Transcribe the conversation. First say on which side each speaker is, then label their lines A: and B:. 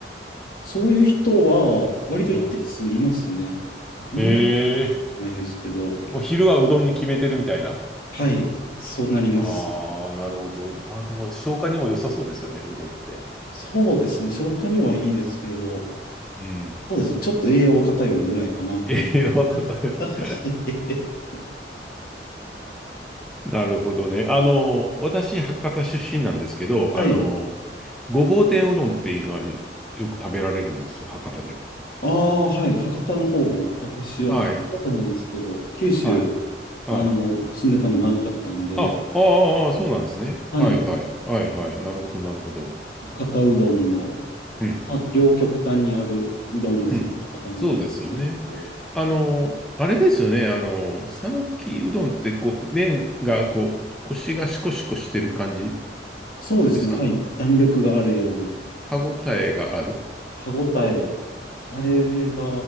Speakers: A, on the left; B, in the centre.
A: そういう人は、割と一定数いますね。
B: うん。
A: みんな
B: へえ。
A: ないですけど、
B: もう昼はうどんに決めてるみたいな。
A: はい、そうなります。
B: ああ、なるほど。まあでも消化にも良さそうですよね、うどんって。
A: そうですね。消化にはいいですけど、
B: うん。
A: そうですね。ちょっと栄養は偏るぐらいかなって感じ。
B: <laughs> 栄養った <laughs>
A: <laughs>
B: なるほどね。あの、私、博多出身なんですけど、
A: はい。
B: あの、ごぼう天うどんっていうのはよく食べられるんですよ、博多でも。
A: ああ、はい。博多の方も、私は、
B: はい、
A: 博多じゃないですけど、九州、
B: はい、はい。
A: あの、住んでたの長かったんで、
B: あ、ああ、ああそうなんですね。
A: はい。
B: はい、はい、はい、はい。なるほど、なるほど。
A: 博多うどんの、
B: うん、
A: まあ、両極端にあるうどんですよね。
B: うん。
A: 博多のうどんっていうと
B: そうですよね。あの、あれですよね。あの、讃岐うどんって、こう、麺が、こう、腰がシコシコしてる感じ
A: そうですね。
B: ですか
A: はい。弾力があるような、
B: 歯ごたえがある
A: 歯ごたえ、あれが、